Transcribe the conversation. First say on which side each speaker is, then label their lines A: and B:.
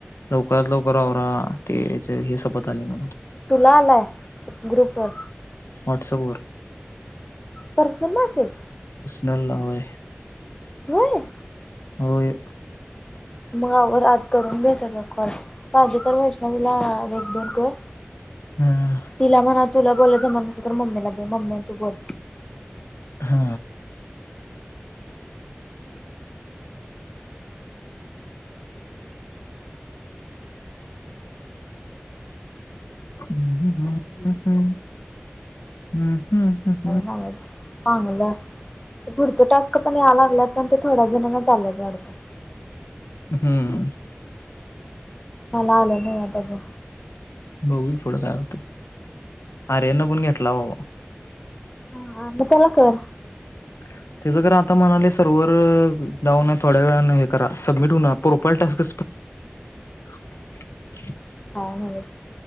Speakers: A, on the left; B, on the left.
A: लवकरात लवकर आवरा, ते हे <unintelligible> आले म्हणून.
B: तुला आलाय ग्रुप वर.
A: वॉट्सअपवर.
B: Personal message?
A: नला होय.
B: होय?
A: होय.
B: मग आवर आज करून घे सगळं कॉल, पाहिजे तर वैष्णवीला एक दोन कर.
A: हम्म.
B: तिला म्हणा तुला बोलाय जमत नसलं तर मम्मीला दे मम्मी अन ती बोल.
A: हा <unintelligible>
B: आवाज चांगलं पुढचे टास्क पण याय लागल्यात, पण ते थोड्या जणांनाच आल्यात वाटतं.
A: हम्म
B: मला आलं नाही आहेत अजून.
A: बघू पुढं काय होतंय, आर्यनला पण घेतला बाबा.
B: हा मग त्याला कर.
A: <unintelligible> त्याचं तर आता म्हणाले सर्व्हर डाऊन आहे थोड्यावेळानं हे करा, सबमिट होईना प्रोफाइल टास्क <unintelligible> <unintelligible>
B: काय माहित?